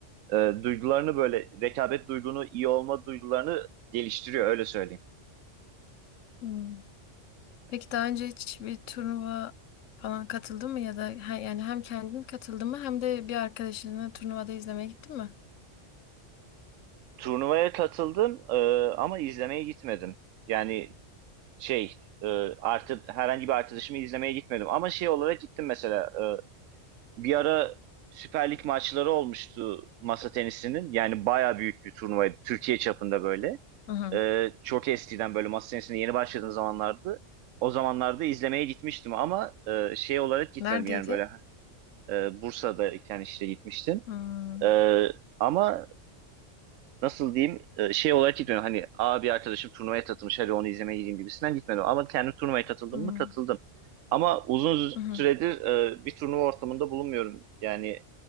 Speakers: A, on the right (about 90°); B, on the left (about 85°).
A: e, duygularını böyle rekabet duygunu, iyi olma duygularını geliştiriyor öyle söyleyeyim.
B: Hmm. Peki daha önce hiç bir turnuva falan katıldın mı ya da he- yani hem kendin katıldın mı hem de bir arkadaşınla turnuvada izlemeye gittin mi?
A: Turnuvaya katıldım e, ama izlemeye gitmedim. Yani şey e, artı, herhangi bir arkadaşımı izlemeye gitmedim ama şey olarak gittim mesela e, bir ara Süper Lig maçları olmuştu masa tenisinin yani baya büyük bir turnuvaydı Türkiye çapında böyle
B: Hı hı.
A: E, çok eskiden böyle masa tenisine yeni başladığım zamanlardı o zamanlarda izlemeye gitmiştim ama e, şey olarak gitmedim
B: Neredeydi?
A: yani böyle e, Bursa'da iken işte gitmiştim
B: Hmm,
A: E, ama nasıl diyeyim e, şey olarak gitmedim. Hani aa bir arkadaşım turnuvaya katılmış hadi onu izlemeye gideyim gibisinden gitmedim. Ama kendim turnuvaya katıldım
B: hmm,
A: mı katıldım. Ama uzun
B: hmm,
A: süredir e, bir turnuva ortamında bulunmuyorum. Yani